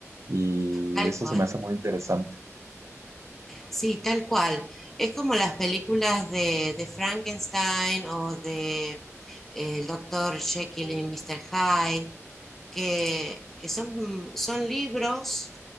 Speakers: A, on the right; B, in the centre.
A: Y
B: tal
A: eso
B: cual.
A: se me hace muy interesante.
B: Sí, tal cual. Es como las películas de, de Frankenstein o de eh, El Doctor Jekyll y Mr. Hyde. que, que son, son libros